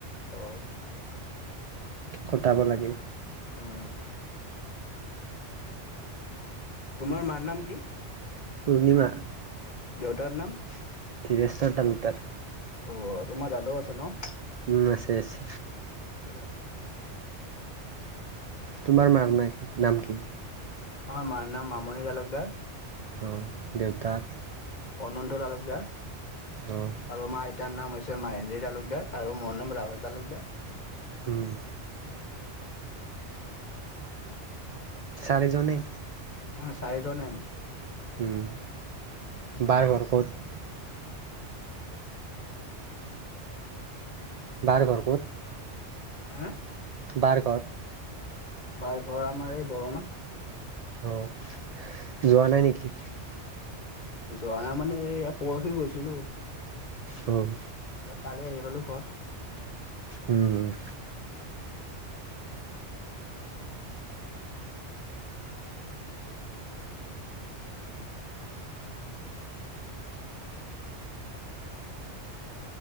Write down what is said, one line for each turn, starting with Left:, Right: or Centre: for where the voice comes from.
Left: অ।
Right: কটাব লাগে।
Left: উম। তোমাৰ মাৰ নাম কি?
Right: পূৰ্ণিমা।
Left: দেউতাৰ নাম?
Right: ধীৰেশ্বৰ তালুকদাৰ।
Left: অ' তোমাৰ দাদাও আছে ন?
Right: উম আছে আছে।
Left: ও অ।
Right: তোমাৰ মাৰ নাই নাম কি?
Left: অ' মাৰ নাম মামণি তালকদাৰ।
Right: অ দেউতাৰ?
Left: অনন্ত তালুকদাৰ।
Right: অ'।
Left: আৰু আমাৰ আইতাৰ নাম হৈছে মাহেন্দ্ৰী তালুকদাৰ আৰু মোৰ নাম ৰাহুল তালুকদাৰ।
Right: উম'। চাৰিজনে?
Left: অহ চাৰিজনে আমি।
Right: আম, বাৰ ঘৰ ক'ত? বাৰ ঘৰ কত?
Left: উম'?
Right: বাৰ ঘৰ?
Left: বাৰ ঘৰ আমাৰ এই বৰমা।
Right: অঁ যোৱা নাই নেকি?
Left: যোৱা নাই মানে এ পৰহি গৈছিলো।
Right: উম।
Left: ত কালি আহি পালো ঘৰ।
Right: উম উম'।
Left: <unintelligible>